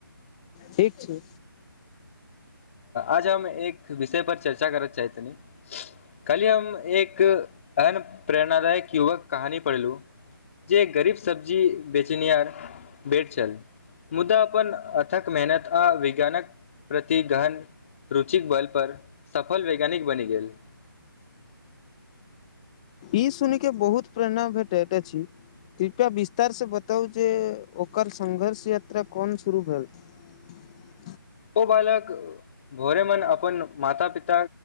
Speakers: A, on the left (about 20°); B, on the left (about 35°).
A: ठीक छै
B: आज हम एक विषय पर चर्चा करत चाहैत छलौ कल्हि हम एक एहन प्रेरणादायक युगक कहानी पढ़लू जे गरीब सब्जी बेचनिहार मेड छल मुदा अपन अथक मेहनत आ विज्ञानक प्र ति गहन रुचिक बल पर सफल वैज्ञानिक बनि गेल
A: ई सुनि के बहुत प्रेरणा भेटैत अछि कृपया विस्तारसँ बताउ जे ओकर संघर्ष यात्रा कोन शुरू भेल <inaudible>
B: ओ बालक भोरे भन अपन माता पिता